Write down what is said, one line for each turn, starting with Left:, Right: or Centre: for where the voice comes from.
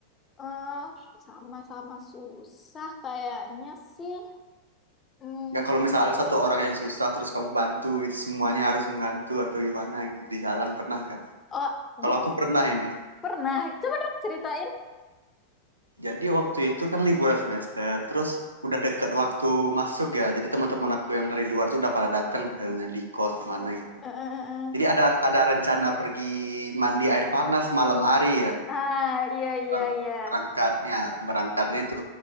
Left: eh sama-sama susah kayaknya sih. Hmm,
Right: Nggak kalau misalnya ada satu orang yang susah terus kamu bantu gitu semuanya harus membantu atau gimana gitu di jalan pernah nggak?
Left: oh, bu-
Right: Kalau aku pernah ini.
Left: pernah. Coba dong ceritain.
Right: Jadi waktu itu kan liburan semester, terus udah deket waktu masuk ya. Jadi teman-teman aku yang dari luar tuh udah pada datang misalnya di kos di mana gitu.
Left: Eh, eh, eh,
Right: Jadi
Left: eh.
Right: ada ada rencana pergi mandi air panas malam hari ya.
Left: Ah, iya, iya,
Right: Berang-
Left: iya.
Right: Berangkatnya berangkatnya itu